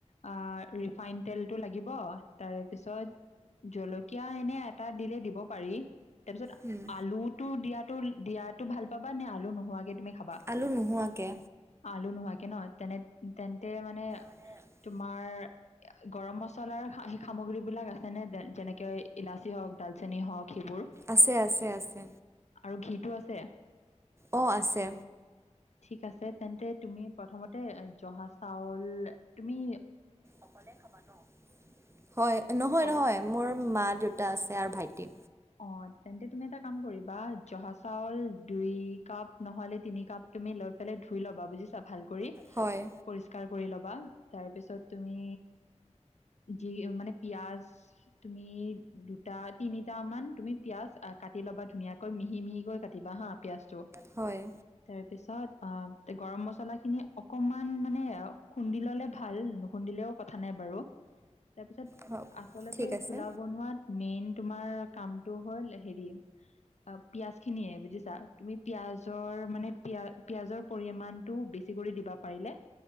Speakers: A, on the left; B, on the right.
A: আ ৰিফাইন তেলটো লাগিব তাৰে পিছত জলকীয়া এনে এটা দিলে দিব পাৰি তাৰপিছত
B: উম,
A: আলুটো দিয়াতো দিয়াতো ভাল পাবা নে আলু নোহোৱাকে তুমি খাবা
B: আলু নোহোৱাকে।
A: আলু নোহোৱাকে ন তেনে তেন্তে মানে
B: <unintelligible>
A: তোমাৰ গৰম মছ মছলাৰ সেই সেই সামগ্ৰী বিলাক আছে নে যেনেকে ইলাচি হওক ডালচেনি হওক সেইবোৰ
B: আছে আছে আছে।
A: আৰু ঘিটো আছে
B: অ আছে।
A: ঠিক আছে তেন্তে তুমি প্ৰথমতে জহা চাউল তুমি
B: অকলে খাবা ন হয় নহয়
A: অ
B: নহয় মোৰ মা দেউতা আছে আৰু ভাইটি
A: অ তেন্তে তুমি এটা কাম কৰিবা জহা চাউল দুই কাপ নহলে তিনি কাপ তুমি লৈ পেলাই ধুই ল'বা বুজিছা ভাল কৰি
B: হয়
A: পৰিস্কাৰ কৰি ল'বা তাৰপিছত তুমি যি মানে পিয়াজ তুমি দুটা তিনি টামান তুমি পিঁয়াজ আ কাটি লবা ধুনীয়াকৈ মিহি মিহিকৈ কাটিবা হা পিয়াঁজটো
B: হয়
A: তাৰ পিছত আ গৰম মছলা খিনি অকমান মানে খুন্দি ললে ভাল নুখুন্দিলেও কথা নাই বাৰু তাৰপিছত
B: হওক
A: আচলতে
B: ঠিক আছে।
A: পোলাও বনোৱাত মেইন তোমাৰ কামটো হ'ল হেৰি অ পিয়াজ খিনিয়ে বুজিছা তুমি পিয়াজৰ মানে পিয়া পিয়াজৰ পৰিমাণটো বেছি কৰি দিবা পাৰিলে